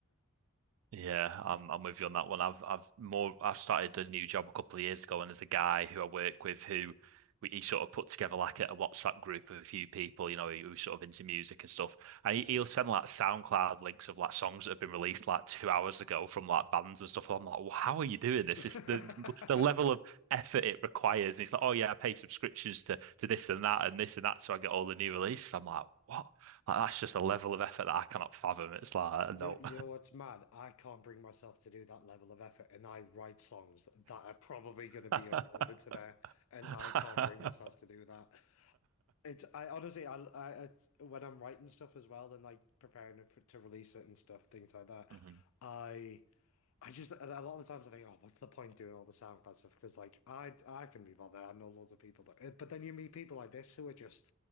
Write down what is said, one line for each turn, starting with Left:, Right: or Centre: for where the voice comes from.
Right: Yeah, I'm I'm with you on that one. I've I've more I've started a new job a couple of years ago, and there's a guy who I work with who we, he sort of put together like a, a WhatsApp group of a few people, you know, who, sort of into music and stuff. And
Left: Mm.
Right: he, he'll send like SoundCloud links of like songs that have been released like two hours ago from like bands and stuff. And I'm like, well, how are you doing this?
Left: <laughs>
Right: It's the the level of effort it requires. And he's like, oh yeah, I pay subscriptions to to this and that and this and that, so I get all the new releases. I'm like, what? Like, that's just a level of effort that I cannot fathom. It's like,
Left: You,
Right: no.
Left: you know what's mad? I can't bring myself to do that level of effort, and I write songs that are probably going to be
Right: <laughs>
Left: uploaded to there, and
Right: <laughs>
Left: I can't bring myself to do that. It's I honestly I, I I when I'm writing stuff as well and like preparing it for, to release it and stuff things like that,
Right: Mhm. Mm-hmm.
Left: I I just and a lot of the times I think oh what's the point doing all the SoundCloud stuff because like I I can be bothered I know loads of people that eh, but then you meet people like this who are just